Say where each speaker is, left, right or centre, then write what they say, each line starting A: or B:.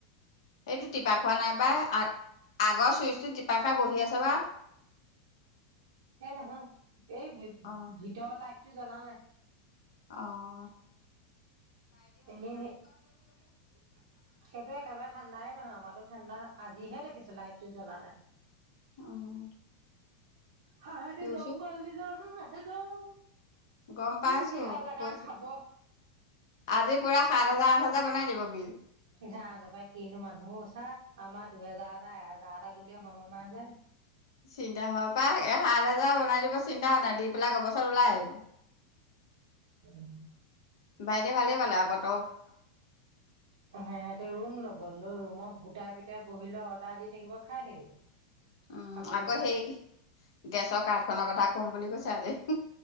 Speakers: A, on the left; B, on the right.
A: সেইটো টিপা খোৱা নাই বাই, আ-আগৰ চুইচটো টিপা খাই বহি আছে বা।
B: সেই নহয়, এই
A: অ
B: ভিতৰ লাইট টো জ্বলা নাই।
A: অহ।
B: এনে হে, সাইটো একেবাৰে ঠাণ্ডাই নহয় আমাৰতোত। ঠাণ্ডা, আজিহে দেখিছো লাইট টো জ্বলা নাই।
A: উম
B: হা
A: পিউছো
B: জংঘল দি যনো ন। <unintelligible>
A: গম পাইছো
B: দিহাল লগা
A: কৈছো
B: খাব।
A: আজি পুৰা সাত হাজাৰ, আঠ হাজাৰ বনাই দিব বিল।
B: জানো পাই কিনো মানুহো চা আমাৰ দুহেজাৰ যাহ এহাজাৰ এটা গুলি সমমাই যে,
A: চিন্তা হোৱাৰ পৰা এ সাত হাজাৰ বনাই দিব চিন্তা হোৱা নাই দি পেলাই গবছৰত ওলাই আহিব
B: ন।
A: ভাইটে ভালে পালে আগত
B: হেহতে ৰুম ল'ব, লৈ ৰুমত গোটাই পিটাই বহিল অৰ্ডাৰ দি থাকিব, খাই থাকিব।
A: উম,
B: খাবও
A: আকৌ
B: পাৰে
A: সেই গেছৰ কাৰ্ডখনৰ কথা কম বুলি কৈছে আজি।